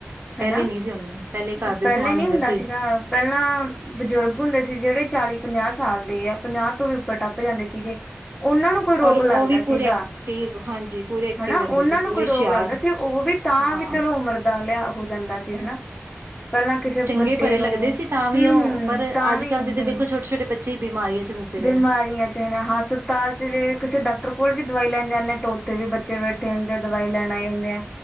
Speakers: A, on the right (about 65°); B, on the left (about 20°).
A: ਪਹਿਲੇ
B: ਹਨਾ,
A: ਨਹੀਂ ਸੀ ਹੁੰਦਾ, ਪਹਿਲੇ ਘਰ ਦੇ
B: ਪਹਿਲੇ
A: ਸਮਾਨ
B: ਨਹੀ
A: ਹੁੰਦੇ
B: ਹੁੰਦਾ
A: ਸੀ।
B: ਸੀਗਾ, ਪਹਿਲਾਂ ਬਜ਼ੁਰਗ ਹੁੰਦੇ ਸੀ। ਜਿਹੜੇ ਚਾਲੀ- ਪੰਜਾਹ ਸਾਲ ਦੇ ਆ ਪੰਜਾਹ, ਤੋਂ ਵੀ ਉੱਪਰ ਟੱਪ ਜਾਂਦੇ ਸੀਗੇ ਉਹਨਾਂ ਨੂੰ, ਕੋਈ ਰੋਗ
A: ਔਰ ਉਹ
B: ਲੱਗਦਾ
A: ਵੀ ਪੂਰੇ
B: ਸੀਗਾ।
A: ਐਕਟਿਵ ਹਾਂਜੀ, ਪੂਰੇ ਐਕਟਿਵ
B: ਹਨਾ
A: ਰਹਿੰਦੇ
B: ਉਹਨਾਂ
A: ਸੀ,
B: ਨੂੰ,
A: ਪੂਰੇ
B: ਕੋਈ
A: ਹੁਸ਼ਿਆਰ
B: ਰੋਗ ਲੱਗਦਾ ਸੀ ਉਹ ਵੀ ਤਾਂ
A: ਹਾਂ।
B: ਵੀ ਚਲੋ, ਉਮਰ ਦਾ ਲਿਆ ਹੋ ਜਾਂਦਾ ਸੀ। ਹਨਾ। ਪਹਿਲਾਂ ਕਿਸੇ
A: ਚੰਗੇ
B: ਵੱਡੇ
A: ਭਲੇ
B: ਨੂੰ
A: ਲੱਗਦੇ ਸੀ। ਤਾਂ ਵੀ
B: ਹੂੰ-ਹੂੰ
A: ਉਹ ਪਰ
B: ਤਾਂ
A: ਅੱਜ-
B: ਵੀ
A: ਕੱਲ੍ਹ ਦੇ ਤੇ
B: ਹੂੰ
A: ਦੇਖੋ ਛੋਟੇ -ਛੋਟੇ ਬੱਚੇ ਹੀ, ਬਿਮਾਰੀਆਂ ਚ ਫਸੇ ਪਏ
B: ਬਿਮਾਰੀਆਂ
A: ਨੇ।
B: ਚ ਹਨਾ, ਨਾ ਹਸਪਤਾਲ ਚ ਜੇ
A: ਹਾਂ,
B: ਕਿਸੇ ਡਾਕਟਰ ਕੋਲ ਵੀ, ਦਵਾਈ ਲੈਣ ਜਾਂਦੇ, ਤਾਂ ਉੱਥੇ ਵੀ ਬੱਚੇ ਬੈ ਕਹਿਦੇ, ਦਵਾਈ ਲੈਣ ਆਏ ਹੁੰਦੇ ਆ